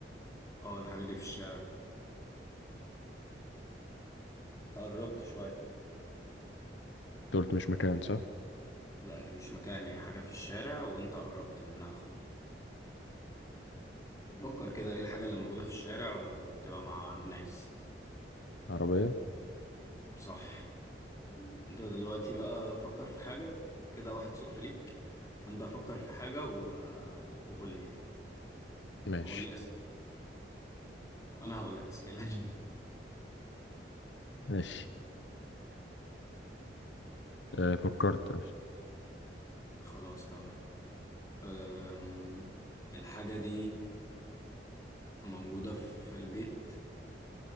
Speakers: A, on the left; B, on the left.
A: اه الحاجه دي في الشارع تقربت شويه
B: انت قلت مش مكان صح
A: لا هي مش مكان هي حاجه في الشارع وانت قربت منها خلاص فكر كده ايه الحاجة اللي موجودة في الشارع وبتبقى مع الناس
B: عربية
A: صح انت دلوقتي بقى فكر في حاجة كده واحد صفر ليك فانت فكر في حاجة و... وقول لي
B: ماشي
A: وقول لي اسئلة انا هقول لك اسئلة <laughs>
B: ماشي آه فكرت
A: خلاص تمام أم... الحاجة دي موجودة في البيت